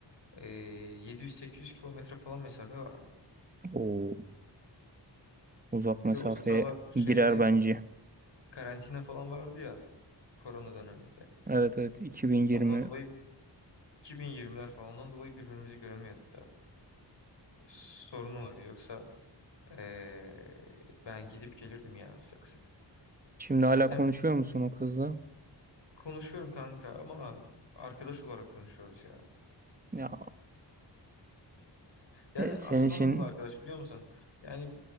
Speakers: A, on the left; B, on the right.
A: Ee, 700-800 kilometre falan mesafe vardı.
B: O uzak
A: Bir
B: mesafeye
A: de o sıralar şeydi
B: girer bence.
A: bu karantina falan vardı ya korona döneminde.
B: Evet evet 2020
A: Ya ondan dolayı 2020'ler falan ondan dolayı birbirimizi göremiyorduk da. Sorun oydu yoksa ee, ben gidip gelirdim ya sık sık.
B: Şimdi
A: Zaten
B: hala konuşuyor musun o kızla?
A: konuşuyorum kanka ama arkadaş olarak konuşuyoruz ya.
B: Ya
A: Yani
B: e, senin
A: aslında
B: için
A: nasıl arkadaş biliyor musun? Yani